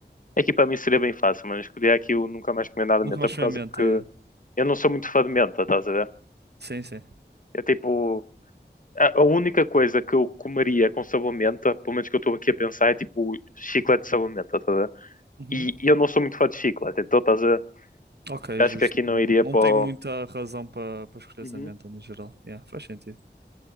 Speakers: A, on the left; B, on the right.
A: É que para mim seria bem fácil, mas escolhi aqui o Nunca Mais Comer Nada
B: Nunca
A: de Menta
B: mais
A: por
B: comi
A: causa
B: a menta,
A: que
B: é.
A: eu não sou muito fã de menta, estás a ver?
B: Sim, sim.
A: É tipo, a, a única coisa que eu comeria com sabor menta, pelo menos que eu estou aqui a pensar, é tipo chiclete de sabor menta, estás a ver?
B: Uhum.
A: E, e eu não sou muito fã de chiclete, então estás a ver?
B: Ok,
A: Acho
B: justo.
A: que aqui
B: Não,
A: não iria
B: não
A: para
B: tem
A: o...
B: muita razão para para escolher
A: Uhum.
B: a menta no geral. Yeah, faz sentido.